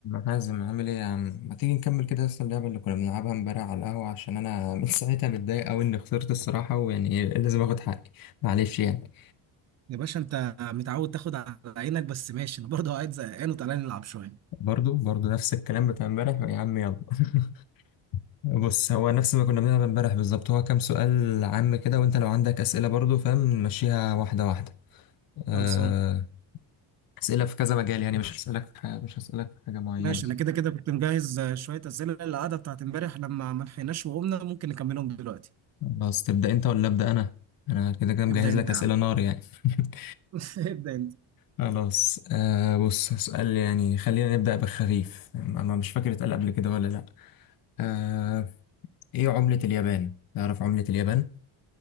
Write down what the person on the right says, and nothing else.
يا باشا انت متعود تاخد على عينك بس ماشي انا برضه قاعد زهقان وتعالى نلعب شويه
خلصان
ماشي انا كده كده كنت مجهز آه، شويه اسئله للقعده بتاعت امبارح لما ما لحقناش وقمنا ممكن نكملهم دلوقتي
ابدا انت
يا عم
<laughs> ابدا انت